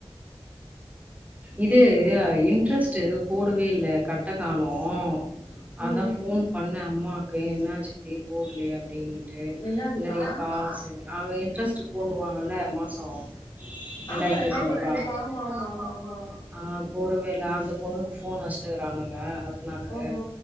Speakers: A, on the right; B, on the left.
A: இது இன்ட்ரெஸ்ட்டு போடவே இல்ல கட்ட காணோம் அதான்
B: ம்
A: போன் பண்ணேன் உமாக்கு என்னா சித்தி போடலியா அப்படினுட்டு
B: என்னதுக்கா
A: நிறைய காசு நாங்க இன்ட்ரெஸ்ட்டு போண்ணுவாங்கல மாசம் ரெண்டாயிரத்து
B: ஆமா ரெண்டாயிரத்தி
A: எட்னுநூறு
B: எட்நூறுபா ஆமா
A: வா
B: ஆமா ஆமா ஆமா
A: போடவே இல்ல ல அந்த பொண்ணுக்கு போன் வச்சு க்குறானுங்க ண்ணாக்கு
B: ஓஹோ